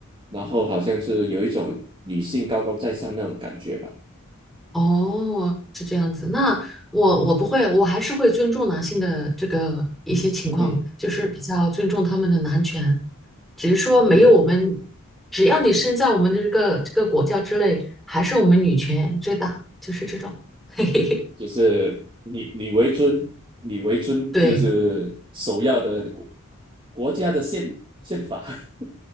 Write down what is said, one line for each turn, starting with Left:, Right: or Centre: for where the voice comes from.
Right: 然后好像是有一种女性高高在上那种感觉吧，
Centre: 哦，是这样子。那我我不会，我还是会尊重男性的这个一些情况，
Right: 嗯哼
Centre: 就是比较尊重他们的男权，只是说没有我们，
Right: 嗯哼
Centre: 只要你身在我们的这个这个国家之内，还是我们女权最大，就是这种。<laughs> 嘿嘿嘿，
Right: 就是你你为尊，你为尊就是首要的国
Centre: 对。
Right: 国家的宪宪法。<laughs>